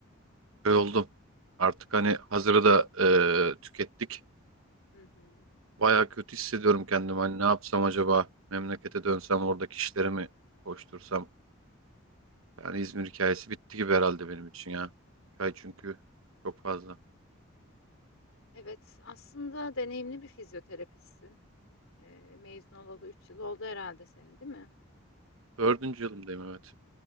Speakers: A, on the right; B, on the left.
A: Böyle oldum. Artık hani hazırı da e, tükettik.
B: Hı hı.
A: Baya kötü hissediyorum kendimi. Hani ne yapsam acaba? Memlekete dönsem oradaki işleri mi koştursam? Yani İzmir hikayesi bitti gibi herhalde benim için ya. Hikaye çünkü çok fazla.
B: Evet, aslında deneyimli bir fizyoterapistsin. Ee, mezun olalı 3 yıl oldu herhalde senin, değil mi?
A: Dördüncü yılımdayım evet.